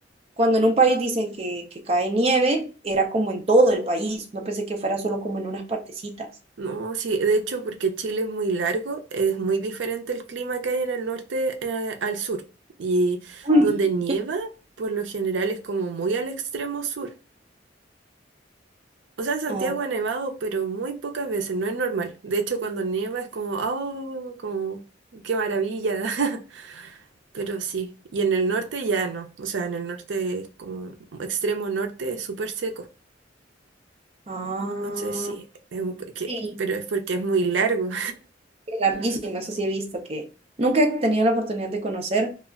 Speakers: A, on the right; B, on the right.
A: Cuando en un país dicen que, que cae nieve, era como en todo el país. No pensé que fuera solo como en unas partecitas.
B: No, sí, de hecho, porque Chile es muy largo, es muy diferente el clima que hay en el norte, eh, al sur. Y
A: Uy,
B: donde nieva, por lo general, es como muy al extremo sur. O sea, en Santiago
A: Ah,
B: ha nevado, pero muy pocas veces, no es normal. De hecho, cuando nieva es como, oh, como, qué maravilla. <laughs> Pero sí, y en el norte ya no. O sea, en el norte, es como extremo norte, es súper seco.
A: ah,
B: Entonces sí, es un- que-
A: sí.
B: pero es porque es muy largo.
A: qué larguísimo, eso sí he visto que nunca he tenido la oportunidad de conocer.